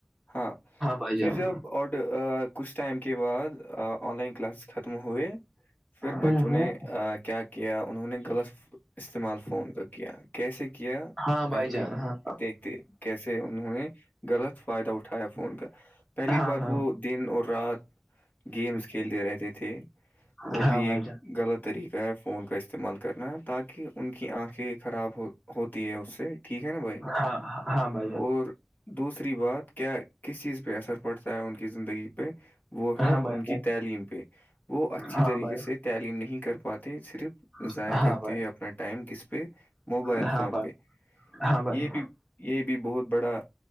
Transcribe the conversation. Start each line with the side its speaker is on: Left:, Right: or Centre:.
Left: ہاں
Centre: بھائی
Left: پھر
Centre: جان
Left: جب اور کچھ ٹائم کے بعد آن لائن کلاسز ختم ہوئے پھر
Centre: ہوں
Left: بچوں نے
Centre: ہوں
Left: کیا کیا انہوں نے غلط استعمال فون کا کیا کیسے کیا
Centre: ہاں
Left: پہلے
Centre: بائی جان ہاں
Left: دیکھتے کیسے انہوں نے غلط فائدہ اٹھایا فون کا پہلی
Centre: ہاں
Left: بار
Centre: ہاں
Left: وہ دن اور رات گیمس کھیلتے رہتے تھے وہ
Centre: ہاں
Left: بھی ایک
Centre: بھائی جان
Left: غلط طریقہ ہے فون کا استعمال کرنا تاکہ ان کی آنکھیں خراب ہو ہوتی ہے اس سے ٹھیک ہے نا بھائی
Centre: ہاں ہاں ب
Left: اور دوسری بات کیا کس چیز پہ اثر پڑتا ہے ان کی زندگی پہ وہ ہے
Centre: ہاں بھائی
Left: ان کی
Centre: جان،
Left: تعلیم پہ وہ اچھی
Centre: ہاں
Left: طریقے
Centre: بھائی
Left: سے تعلیم نہیں کر پاتے صرف
Centre: ہاں
Left: ضائع کرتی
Centre: بھائی
Left: ہے اپنا ٹائم کس پہ موبائل
Centre: ہاں
Left: فون
Centre: بھائی
Left: پہ
Centre: ہاں بھائی
Left: یہ بھی یہ بھی بہت بڑا